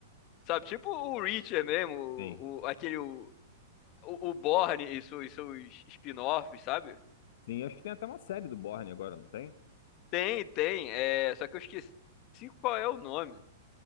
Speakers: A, on the left; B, on the left.
A: sabe? Tipo o Reacher mesmo, o,
B: Tem.
A: o- aquele o, o, o Bourne e, seus e seus spin-offs, sabe?
B: Sim, acho que tem até uma série do Bourne agora, não tem?
A: Tem, tem. É, só que eu esqueci qual é o nome.